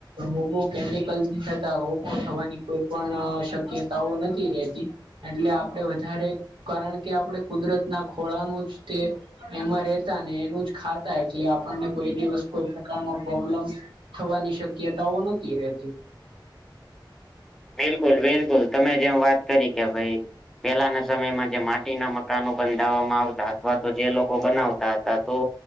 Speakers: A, on the right; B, in the centre.
A: રોગો કેમિકલથી થતા રોગો થવાની કોઈ પણ શક્યતાઓ નથી રેતી એટલે આપણેે વધારે કારણ કે આપણે કુદરતના ખોળાનું જ તે એમાં રેતા ને એનું જ ખાતા એટલે આપણને કોઈ દિવસ કોઈ પ્રકાર ન પ્રોબ્લમ થવાની શક્યતાઓ નહતી રહેતી
B: બિલકુલ બિલકુલ તમે જેમ વાત કરી કે ભાઈ પેલાના સમયમાં જે માટીના મકાનો બંધાવવામાં આવતા અથવા તો જે લોકો બનાવતા હતા તો